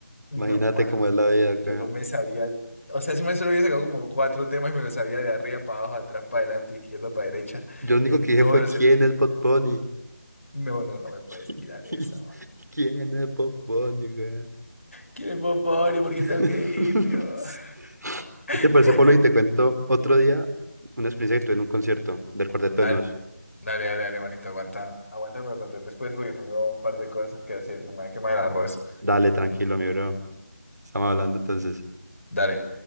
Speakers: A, on the left (about 50°); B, on the right (about 85°).
A: No,
B: Imagínate
A: mano.
B: cómo es la vida,
A: Yo
B: weón.
A: me sabía. O sea, ese maestro había sacado como cuatro temas y me lo sabía de arriba para abajo, atrás para adelante, izquierda para derecha,
B: Yo lo único
A: en
B: que
A: todos
B: dije fue,
A: los
B: ¿quién
A: sentidos.
B: es Bob Bunny?
A: No, no, no me puedes
B: <laughs>
A: tirar eso.
B: ¿Quién es Bob Bunny, weón?
A: ¿Quién es Bob Bunny? ¿Por qué tengo
B: <laughs>
A: que ir, Dios?
B: Sí.
A: <laughs>
B: ¿Qué te parece, Pablo? Y te cuento otro día una experiencia que tuve en un concierto del Cuarteto
A: Dale,
B: de Nos.
A: dale, dale, dale, manito, aguanta. Aguanta que me lo conté después porque tengo un par de cosas que hacer y me va a quemar el arroz.
B: Dale, tranquilo, mi bro. Estamos hablando entonces.
A: Dale.